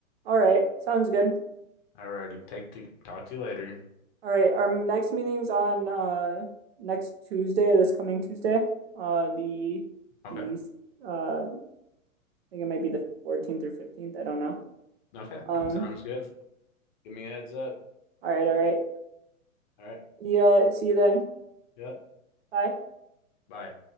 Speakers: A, on the right (about 45°); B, on the left (about 35°).
A: All right, sounds good.
B: Alrighty, take to talk to you later.
A: All right, our next meeting's on uh next Tuesday, this coming Tuesday. Uh the
B: Okay.
A: the uh I think it might be the 14th or 15th. I don't know.
B: Okay.
A: Um,
B: Sounds good. Give me a heads up.
A: all right, all right.
B: All right.
A: Yeah, see you then.
B: Yep.
A: Bye.
B: Bye.